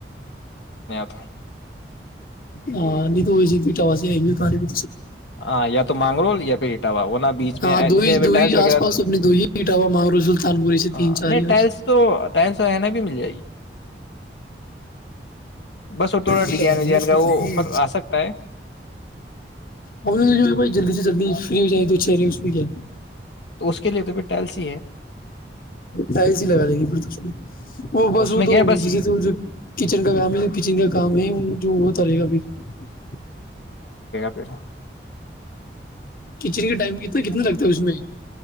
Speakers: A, on the left (about 80°); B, on the left (about 50°).
A: تھا
B: ہاں نہیں تو ہوئی ج پ چاس کے ب
A: ہاں یا تو مانگرول یا پہ اٹاوا وہ ن بیچ
B: ہاں
A: میں
B: دو
A: جٹلس
B: ہی دو ہی
A: وغیرہ
B: آس پاس اپنے دو ہی اٹاوا مانگرو سلطان پوری سے
A: ہ
B: تین چار
A: نہیں
B: ہی بس
A: ٹلس تو ٹس و ن بھی مل جائے گی بس وہ تھوڑا
B: ہی
A: ڈیزائن
B: لگائیں
A: ویجائن
B: گے اس
A: کا
B: میں کیا
A: وہپر
B: ہے
A: آ سکتا ہے
B: ہم تو جو کہ بائی جلدی سے جلدی فری ہو جائے تو اچھے جائے
A: تو اس کے لیے تو پھر ٹیلسی ہے
B: ٹائلس ہی لگا لیں گی وہ بس
A: اس
B: وہ
A: میں کیا
B: تو
A: ہے بس
B: جسےچن کا کامچن کا کام ہے وہ جو وہتلے گا پھر
A: پیرا
B: کچن کے ٹائم کتنا کتنا لگتا ہے اس میں